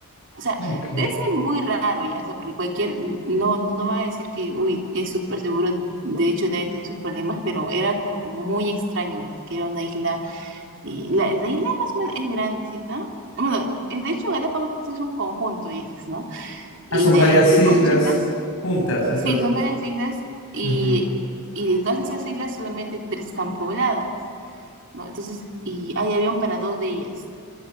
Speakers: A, on the right; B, on the left.
A: O sea,
B: Ok.
A: debe ser muy raro ya, o sea, porque cualquier, no, no va a decir que, uy, es súper seguro, de hecho deben tener sus problemas, pero era como que muy extraño, porque era una isla, y la, la isla más o menos es grandecita, bueno, eh, de hecho Galápagos es un conjunto de islas, ¿no? Y
B: Ah, son
A: de,
B: varias
A: de
B: islas
A: todas sus islas,
B: juntas, entonces.
A: sí, son varias islas, y,
B: Ujú,
A: y de todas esas islas solamente tres están pobladas, ¿no? Entonces, y hay avión para dos de ellas.